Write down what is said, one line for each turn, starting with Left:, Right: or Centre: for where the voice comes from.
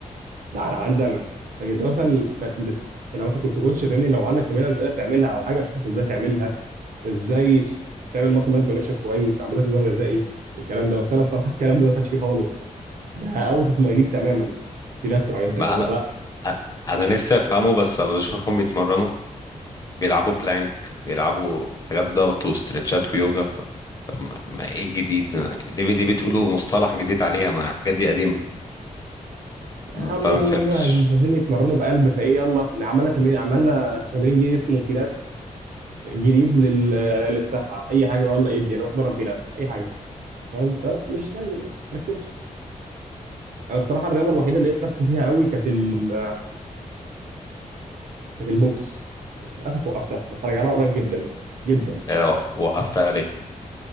Right: ده عندي انا لكن انت مثلا فت- زت- انا مثلا كنت كوتش فاهمني لو عندك تمرينه مش قادر تعملها او حاجه اشوفك ازاي تعملها ازاي تش- تعمل مثلا مايند كونكشن كويس اعمل لك نظام غذائي الكلام ده بس انا الصراحه الكلام ده ما خدش فيه خالص ده اوت اوف ماي ليج تماما بيلاتس والحاجات دي
Left: ما
Right: انا
Left: انا
Right: لا
Left: أ- انا نفسي افهمه بس بشوفهم بيتمرنوا بيلعبوا بلانك بيلعبوا حاجات ضغط وستريتشات ويوجا طب ما ما ايه الجديد ليه ليه بتقولوا مصطلح جديد عليها ما الحاجات دي قديمة فما
Right: يا عم يلا
Left: فهمتش
Right: هم عايزين عايزين يتمرنوا بقلب فايه يلا إن عملنا تمرين عملنا تمرين جديد اسمه بيلاتس جديد لل... للصحه اي حاجه والله ادي انا بتمرن بيلاتس اي حاجه فاهم فلا مش لازم يعني ما تركزش انا الصراحه الرياضه الوحيده اللي لقيت نفسي فيها قوي كانت ال... كانت البوكس بس للاسف وقفتها بس هرجع لها قريب جدا جدا
Left: آه، وقفت عليه